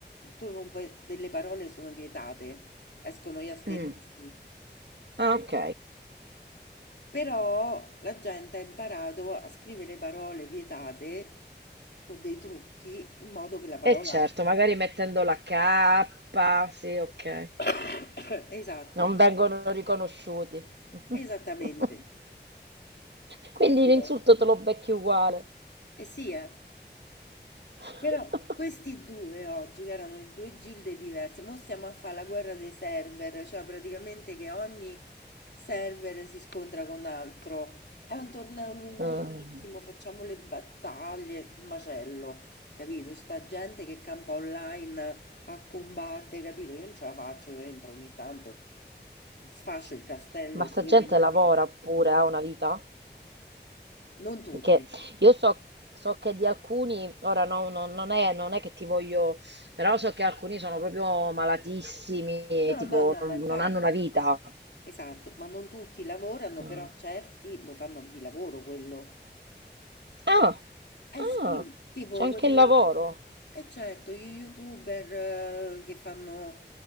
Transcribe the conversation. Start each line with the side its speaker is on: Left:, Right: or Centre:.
Left: tu non puoi, delle parole sono vietate, escono gli asterischi,
Right: mm. Ah, ok.
Left: però la gente ha imparato a scrivere parole vietate con dei trucchi in modo che la parola...
Right: E certo, magari mettendo la K, sì, ok.
Left: <coughs> Esatto,
Right: Non vengono riconosciuti. <laughs>
Left: esattamente,
Right: Quindi
Left: capito?
Right: l'insulto te lo becchi uguale.
Left: Eh sì, eh.
Right: <laughs>
Left: Però questi due oggi, che erano in due gilde diverse, mo stiamo a fare la guerra dei server, cioè praticamente che ogni server si scontra con altro. È un torneo lunghissimo,
Right: Mm.
Left: facciamo le battaglie, macello, capito? C'è sta gente che campa online a combattere, capito? Io non ce la faccio, io entro ogni tanto, sfascio il castello
Right: Ma sta
Left: due
Right: gente
Left: minuti,
Right: lavora pure, ha una vita?
Left: non tutti.
Right: Perché io so, so che di alcuni, ora no- no- non è, non è che ti voglio, però so che alcuni sono proprio malatissimi,
Left: No,
Right: tipo
Left: no, no,
Right: non,
Left: ma infatti,
Right: non hanno una vita.
Left: esatto, ma non tutti lavorano,
Right: Ah.
Left: però certi lo fanno di lavoro quello.
Right: Ah,
Left: Eh
Right: ah,
Left: sì, tipo
Right: c'è anche
Left: quelli,
Right: il lavoro.
Left: eh certo, gli youtuber eh, che fanno